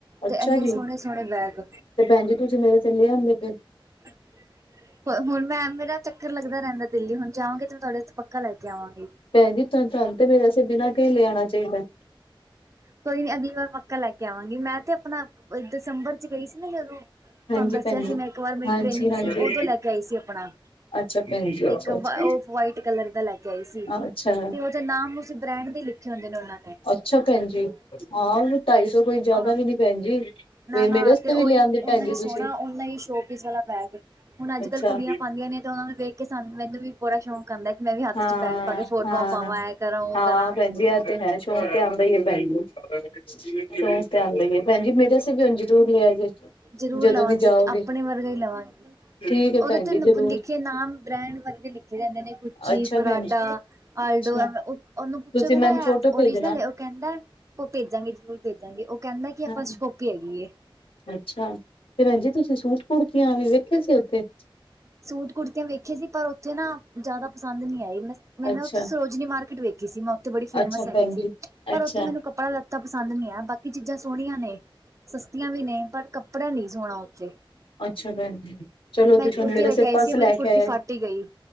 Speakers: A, on the left; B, on the right.
A: ਅੱਛਾ
B: ਤੇ ਐਨੇ
A: ਜੀ
B: ਸੋਹਣੇ-ਸੋਹਣੇ ਬੈਗ
A: ਤੇ ਭੈਣਜੀ ਤੁਸੀਂ ਮੇਰੇ <unintelligible>
B: <unintelligible> ਹੁਣ ਮੈਂ ਮੇਰਾ ਚੱਕਰ ਲੱਗਦਾ ਰਹਿੰਦਾ ਦਿੱਲੀ ਹੁਣ ਜਾਵਾਂਗੇ ਤੇ ਮੈਂ ਤੁਹਾਡੇ ਵਾਸਤੇ ਪੱਕਾ ਲੈ ਕੇ ਆਵਾਂਗੀ
A: ਭੈਣ ਜੀ ਤੁਹਾਨੂੰ ਤੇ ਮੇਰੇ ਵਾਸਤੇ ਬਿਨਾ ਕੇ ਲਿਆਉਣਾ ਚਾਹੀਦਾ
B: ਕੋਈ ਨੀ ਅਗਲੀ ਵਾਰ ਪੱਕਾ ਲੈ ਕੇ ਆਵਾਂਗੀ। ਮੈਂ ਤੇ ਆਪਣਾ ਦਿਸੰਬਰ ਚ ਗਈ ਸੀ ਨਾ ਜਦੋਂ ਤੁਹਾਨੂੰ
A: ਹਾਂਜੀ
B: ਦੱਸਿਆ
A: ਭੈਣ ਜੀ
B: ਸੀ ਮੈਂ ਇੱਕ ਵਾਰ ਮੇਰੀ
A: ਹਾਂਜੀ
B: ਟ੍ਰੇਨਿੰਗ
A: ਹਾਂਜੀ
B: ਸੀ ਉਦੋਂ ਲੈ ਕੇ ਆਈ ਸੀ ਆਪਣਾ
A: ਅੱਛਾ ਭੈਣ ਜੀ ਅੱਛਾ
B: ਇੱਕ
A: ਅੱਛਾ
B: ਉਫ ਵਾਈਟ ਕਲਰ ਦਾ ਲੈ ਕੇ ਆਈ ਸੀ
A: ਅੱਛਾ
B: ਤੇ ਉਹਦਾ ਨਾਮ ਉਸ ਬ੍ਰੈਂਡ ਦੇ ਲਿਖ ਛੋਲੇ ਲੋਨਾਲੇ
A: ਅੱਛਾ ਭੈਣ ਜੀ ਹਾਂ ਉਨੂੰ ਢਾਈ ਸੌ ਕੋਈ ਜਾਦਾ
B: ਅ
A: ਵੀ ਨੀ ਭੈਣ ਜੀ
B: ਨਾ ਨਾ
A: ਮੇਰੇ ਵਾਸਤੇ
B: ਤੇ ਓਈ
A: ਵੀ ਲਿਆਂਦੇ
B: ਓਨਾ
A: ਭੈਣ ਜੀ
B: ਈ ਸੋਣਾ
A: ਤੁਸੀਂ
B: ਓਨਾ ਈ ਸ਼ੋਪੀਸ ਵਾਲਾ ਬੈਗ ਹੁਨ ਅੱਜ-ਕੱਲ
A: ਅੱਛਾ
B: ਕੁੜੀਆਂ ਪਾਦੀਆਂ ਈ ਨੇ ਤੇ ਓਨਾਂ ਨੂੰ ਵੇਖ ਕੀ ਸਾਨੂੰ ਮੈਂਨੂੰ ਵੀ ਬੜਾ ਸ਼ੌਕ ਆਦਾ, ਕੀ ਮੈਂ ਵੀ ਹੱਥ
A: ਹਾਂ
B: ਚ ਬੈਗ ਪਾ ਕੇ ਫੋਟੋਆਂ
A: ਹਾਂ
B: ਪਾਵਾਂ, ਇਹ ਕਰਾਂ ਉਹ
A: ਹਾਂ
B: ਕਰਾਂ।
A: ਭੈਣ ਜੀ ਐ ਤੇ ਹੈ, ਸ਼ੋਕ ਤੇ ਆਦਾ ਹੀ ਹੈ ਭੈਣ ਜੀ, ਸ਼ੋਕ ਤੇ ਆਦਾ ਹੀ ਏ, ਭੈਣਜੀ ਮੇਰੇ ਜ਼ਰੂਰ ਲਿਆ ਜੇ
B: ਜ਼ਰੂਰ
A: ਜਦੋਂ
B: ਲਵਾਂਹੀ,
A: ਵੀ ਜਾਓਗੇ
B: ਤੇ ਆਪਣੇ ਵਰਗਾ ਹੀ ਲਵਾਂਗੀ।
A: ਠੀਕ ਹੈ
B: ਉਹਦੇ
A: ਭੈਣ
B: ਤੇ
A: ਜੀ ਜ਼ਰੂਰ
B: ਲਿਖੇ ਨਾਮ, ਬ੍ਰੈਂਡ ਵਰਗੇ ਲਿਖੇ ਜਾਂਦੇ ਨੇ। ਗੁਛੀ,
A: ਅੱਛਾ
B: ਪਰਾਂਡਾ,
A: ਭੈਣ ਜੀ
B: ਆਲਡੋ,
A: ਅੱਛਾ
B: ਐਵੇ ਉਹਨੂੰ ਪੁੱਛੋਗੇ
A: ਤੁਸੀਂ ਮੈਨੂੰ
B: ਨਾ
A: ਫੋਟੋ
B: ਏ ਓਰੀਜਨਲ
A: ਭੇਜਣਾ
B: ਏ। ਕਹਿੰਦਾ, ਉਹ ਭੇਜਾਂਗੀ ਜਰੂਰ ਭੇਜਾਂਗੀ, ਉਹ ਕਹਿੰਦਾ ਕਿ ਇਹ
A: ਹਾਂ
B: ਫਸਟ ਕੋਪੀ ਹੈਗੀ ਏ।
A: ਅੱਛਾ, ਤੇ ਭੈਨਜੀ ਤੁਸੀਂ ਸੂਟ ਕੁੜਤਿਆਂ ਵੀ ਵੇਖੇ ਸੀ ਉੱਥੇ।
B: ਸੂਟ ਕੁੜਤਿਆਂ ਵੇਖੀਆਂ ਸੀ, ਪਰ ਉੱਥੇ ਨਾ ਜ਼ਿਆਦਾ ਪਸੰਦ ਨਹੀਂ ਆਈ ਮੈਂ ਨਾ
A: ਅੱਛਾ
B: ਔਥੇ ਸੋ ਮਾਰਕੀਟ ਵੇਖੀ ਸੀ, ਮੈਂ ਉਥੇ ਬੜੀ ਫੇਮਸ
A: ਅੱਛਾ
B: ਹੈਗੀ
A: ਭੈਣ
B: ਸੀ
A: ਜੀ
B: ਪਰ
A: ਅੱਛਾ
B: ਉੱਥੇ ਮੈਨੂੰ ਕੱਪੜਾ ਤਾਂ ਪਸੰਦ ਨਹੀ ਆਇਆ, ਬਾਕੀ ਚੀਜ਼ਾਂ ਸੋਹਣੀਆਂ ਨੇ, ਸਸਤਿਆਂ ਵੀ ਨੇ, ਪਰ ਕੱਪੜਾ ਨਹੀਂ ਸੋਹਣਾ ਉੱਥੇ।
A: ਅੱਛਾ ਭੈਣਜੀ, ਚਲੋ
B: ਮੈਂ
A: ਤੁਸੀਂ
B: ਕੁੜਤੀ
A: ਮੇਰੇ
B: ਲੈ
A: ਆਸੇ
B: ਕੇ ਆਈ
A: ਪਰਸ
B: ਸੀ
A: ਲੈ
B: ਮੇਰੀ ਕੁੜਤੀ
A: ਕੇ ਆਯਾ ਜੇ।
B: ਫੱਟ ਹੀ ਗਈ